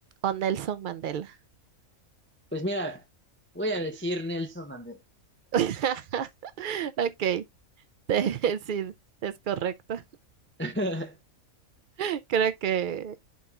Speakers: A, on the right; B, on the left.
A: o Nelson Mandela.
B: Pues mira, voy a decir Nelson Mandela.
A: <laughs> Ok, te- <laughs> sí, es correcto.
B: <laughs>
A: <laughs> Creo que